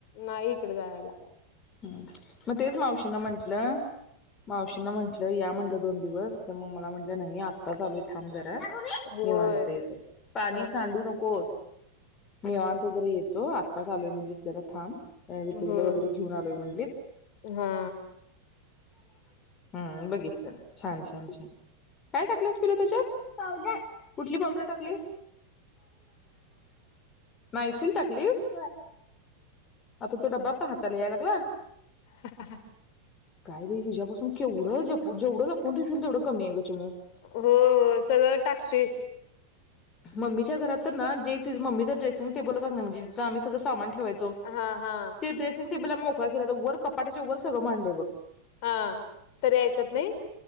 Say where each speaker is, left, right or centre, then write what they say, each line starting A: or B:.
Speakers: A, on the left (about 45°); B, on the left (about 25°).
A: नाईक कड जायाला
B: हम मग तेच मावशी ना म्हंटलं मावशींना म्हंटलं या म्हटलं दोन दिवस तर मग मला म्हटल्या नाही आताचआलूय थांम ज
A: होय
B: निवांत येतो. पाणी
A: हा
B: सांडू नकोस निवांत जरा येत तो आत्ता च आलोय म्हणलीत. जराथाम काय होती मूल
A: हो
B: वैगरे? घेऊन आलोय म्हणलीत.
A: हा
B: अ बघितलं छान छान छान काय टाकलस पिलू त्याच्यात? कुठली पावडर टाकलीस? नाइसिल टाकलीस. आता तो डबा पाह त्यांना यायलागला.
A: <inaudible>
B: काय ग हीच्या पासून केवढं जपून जेवढं जपून ठेवशील तेवढं कमी आहे ग. चिमू
A: होय होय सगळं टाकते
B: मम्मीच्या घरात तर ना जे ती मम्मी च ड्रेसिंग टेबल होता कणी म्हणजे जे आम्ही सगळ सामान ठेवयचो
A: हा हा
B: ते ड्रेसिंग टेबल आमी मो काय तर अता वर कपाटाचे वर सगळं मांडलय बघ.
A: आ तरी आईकत नई.